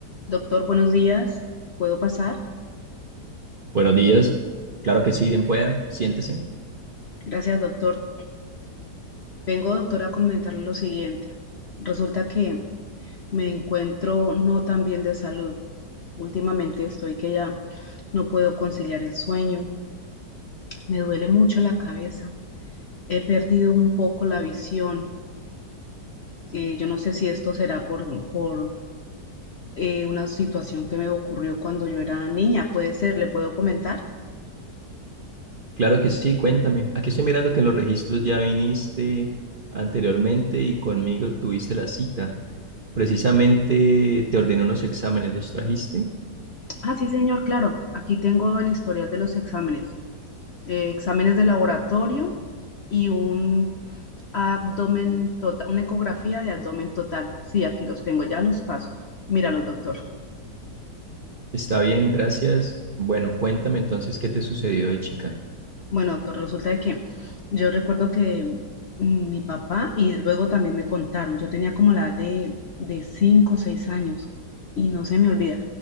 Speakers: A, on the left; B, on the right.
A: Doctor, buenos días. ¿Puedo pasar?
B: Buenos días. Claro que sí, bien pueda. Siéntese.
A: Gracias, doctor. Vengo, doctor, a comentarle lo siguiente. Resulta que me encuentro no tan bien de salud. Últimamente estoy que ya no puedo conciliar el sueño. Me duele mucho la cabeza. He perdido un poco la visión. Eh, yo no sé si esto será por, por eh, una situación que me ocurrió cuando yo era niña. ¿Puede ser? ¿Le puedo comentar?
B: Claro que sí, cuéntame. Aquí estoy mirando que en los registros ya viniste anteriormente y conmigo tuviste la cita. Precisamente te ordené unos exámenes, ¿los trajiste?
A: Ah, sí, señor, claro. Aquí tengo el historial de los exámenes. eh, exámenes de laboratorio y un abdomen total, una ecografía de abdomen total. Sí, aquí los tengo, ya los paso. Míralos, doctor.
B: Está bien, gracias. Bueno, cuéntame entonces qué te sucedió de chica.
A: Bueno, doctor, resulta de que yo recuerdo que mm, mi papá y luego también me contaron, yo tenía como la edad de, de 5 o 6 años y no se me olvida.